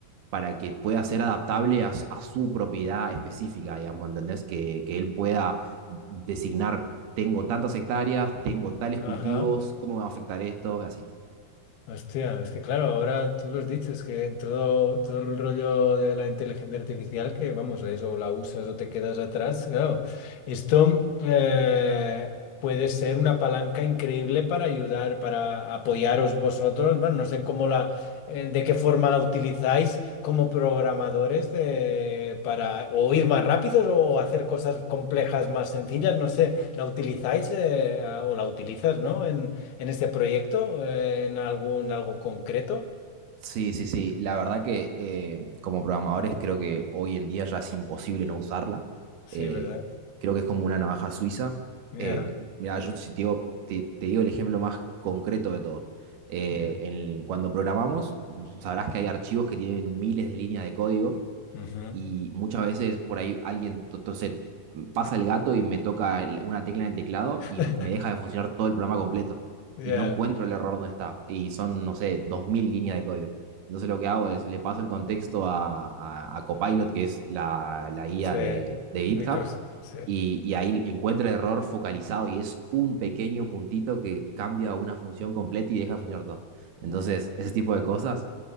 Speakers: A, on the right; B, on the left.
A: para que pueda ser adaptable a, su- a su propiedad específica, digamos, ¿entendés? Que, que él pueda designar, tengo tantas hectáreas, tengo tales
B: ajá.
A: cultivos, ¿cómo me va a afectar esto? Y así.
B: Hostia, es que claro, ahora tú lo has dicho, es que todo, todo el rollo de la inteligencia artificial, que vamos, es o la usas o te quedas atrás, claro, esto eh, puede ser una palanca increíble para ayudar, para apoyaros vosotros, bueno, no sé cómo la, eh, de qué forma la utilizáis como programadores de, para o ir más rápidos o hacer cosas complejas más sencillas, no sé, la utilizáis eh, o la utilizas, ¿no? en este proyecto, eh, en algún algo concreto.
A: Sí, sí, sí. La verdad que eh, como programadores creo que hoy en día ya es imposible no usarla.
B: Sí,
A: Eh,
B: ¿verdad?
A: creo que es como una navaja suiza.
B: Ya,
A: Eh, mira, yo si te digo, te, te digo el ejemplo más concreto de todo. Eh,
B: ya.
A: en- cuando programamos, sabrás que hay archivos que tienen miles de líneas de código
B: ujú.
A: y muchas veces por ahí alguien, to- entonces mm, pasa el gato y me toca el- una tecla en el teclado
B: <laughs>
A: y me deja de funcionar todo el programa completo
B: Ya,
A: y no encuentro el error donde está y son, no sé, 2000 líneas de código. Entonces lo que hago es, le paso el contexto a, a, a Copilot, que es la, la guía
B: sí.
A: de, de GitHub,
B: Micros, sí.
A: y, y ahí encuentra el error focalizado y es un pequeño puntito que cambia una función completa y deja de funcionar todo. Entonces, ese tipo de cosas,